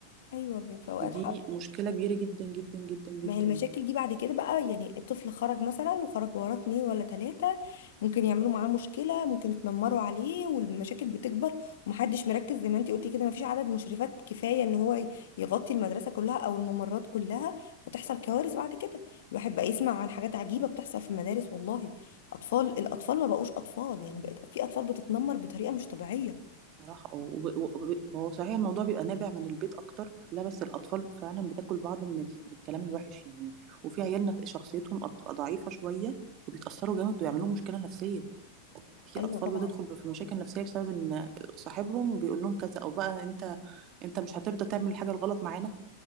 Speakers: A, on the left; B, on the right.
A: ايوه بي- في اوقات
B: ودي
A: حق.
B: مشكله كبيره جدا جدا جدا جدا
A: ما هي المشاكل دي بعد كده بقى يعني الطفل خرج مثلا وخرج وراه اتنين ولا تلاتة ممكن يعملوا معاه مشكلة ممكن يتنمروا عليه والمشاكل بتكبر ومحدش مركز زي ما انتي قلتي كده مفيش عدد مشرفات كفاية ان هو ي- يغطي المدرسة كلها او الممرات كلها فتحصل كوارث بعد كده الواحد بقى يسمع عن حاجات عجيبة بتحصل في المدارس والله اطفال الاطفال ما بقوش اطفال يعني بقت في اطفال بتتنمر بطريقة مش طبيعية
B: صراحه أو- وب- وب- هو صحيح الموضوع بيبقى نابع من البيت اكتر لا بس الاطفال فعلا بتاكل بعض من ال- من الكلام الوحش يعني وفي عيالنا شخصيتهم بتبقى ضعيفه شويه وبيتاثروا جامد ويعملوا مشكله نفسيه في
A: ايوه
B: اطفال
A: طبعا
B: بتدخل في مشاكل نفسيه بسبب ان صاحبهم بيقول لهم كذا او بقى انت انت مش هترضى تعمل الحاجه الغلط معانا